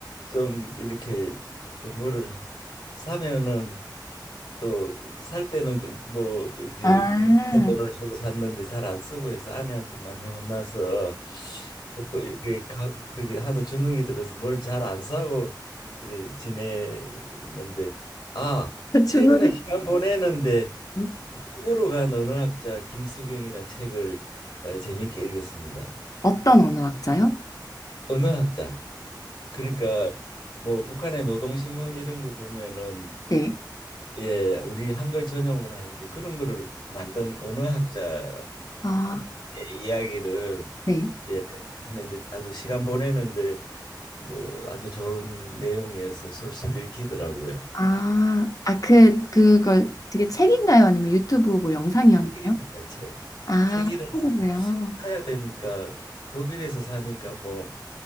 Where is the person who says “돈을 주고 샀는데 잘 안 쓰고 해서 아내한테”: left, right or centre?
Left